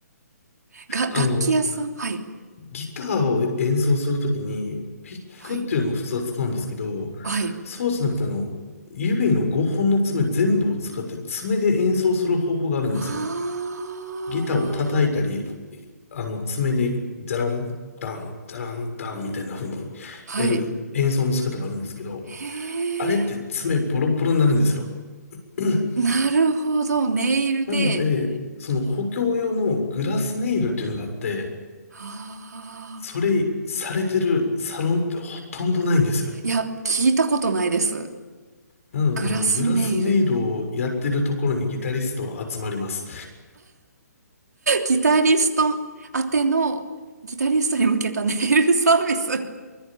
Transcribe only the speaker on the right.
が、楽器屋さんはい。
はい。はい。
は
あ。はい。へ
え。
なるほど。ネイルで。
ああ。
いや、聞いたことないです。
グラスネイル。
ギタリスト宛ての、ギタリストに向けたネイルサービス。